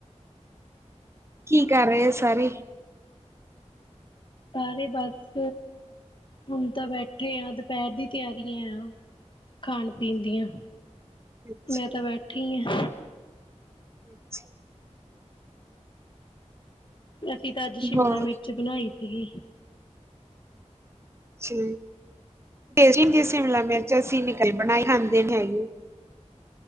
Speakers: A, on the right (about 20°); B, on the left (about 45°).
A: ਕੀ ਕਰ ਰਹੇ ਸਾਰੇ
B: ਸਾਰੇ ਬਸ ਹੁਣ ਤਾਂ ਬੈਠੇ ਆ ਦੁਪਹਿਰ ਦੀ ਤਿਆਰੀਆਂ ਆ ਖਾਣ ਪੀਣ ਦੀਆਂ
A: ਅੱਛਾ-ਅੱਛਾ,
B: ਮੈਂ ਤਾਂ ਬੈਠੀ ਹਾਂ
A: ਅੱਛਾ
B: ਅਸੀਂ ਤਾਂ ਅੱਜ ਸ਼ਿਮਲਾ
A: ਹੋਰ
B: ਮਿਰਚ ਬਣਾਈ ਸੀਗੀ
A: ਅੱਛਾ ਟੇ ਹੁੰਦੀ ਸ਼ਿਮਲਾ ਮਿਰਚ ਸੀਨੀ ਬਣਾਏ ਖਾਂਦੇ ਨੀ ਹੈਗੇ